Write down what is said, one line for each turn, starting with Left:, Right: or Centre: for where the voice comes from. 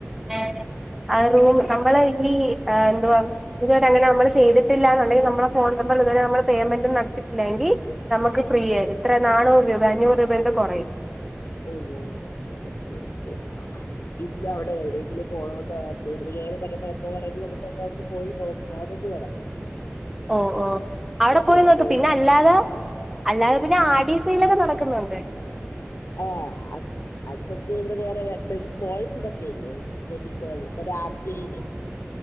Centre: ഏഹ് ആഹ് റൂമി നമ്മള് ഇനി എ എന്തുവാന്ന്. ഇത് വരെ അങ്ങനെ അമ്മള് ചെയ്തിട്ടില്ലന്നുണ്ടെങ്കി നമ്മളെ ഫോൺ നമ്പറി ഇതുവരെ നമ്മള് പേയ്മെന്റും നടത്തിട്ടില്ലങ്കി നമ്മക്ക് ഫ്രീയ എത്ര നാനൂറ് രൂപ അഞ്ഞൂറ് രൂപേ എന്തോ കൊറയും
Left: ഓഓ ഓക്കെ ഓക്കെ. ഇന്ന് അവിടെ എവിടെയെങ്കിലും പോണോന്ന് <unintelligible> അമ്മ പറഞ്ഞത് നമുക്ക് <unintelligible> പോയി നോ കാവന്ന് പറഞ്ഞ്.
Centre: ഓ ഓ അവടെ
Left: അത്
Centre: പോയി
Left: ചുമ്മാ
Centre: നോക്ക് പിന്നെ
Left: നോ
Centre: അല്ലാതെ അല്ലാതെ പിന്നെ ആടീ സെയിലൊക്കെ നടക്കുന്നുണ്ട്.
Left: ആഹ് അത് പറ്റി ഇവടെ വേറെ മോഡൽസിലൊക്കെ ഇല്ലേ വെഡ്ഡിങ് മോൾ മറ്റേ ആർ കെയില്